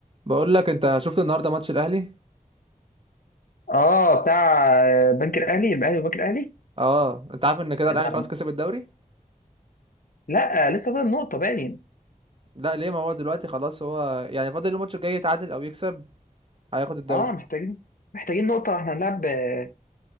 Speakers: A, on the right (about 40°); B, on the left (about 80°).
A: بقول لك انت شفت النهارده ماتش الاهلي
B: اه بتاع آه، بنك الاهلي الاهلي والبنك الاهلي
A: اه انت عارف ان كده
B: ده-
A: الاهلي خلاص كسب الدوري
B: لا آه، لسه فاضل نقطه باين
A: لا ليه ما هو دلوقتي خلاص هو يعني فاضل الماتش الجاي يتعادل او يكسب هياخد الدوري
B: اه محتاجين محتاجين نقطه احنا هنلعب آه،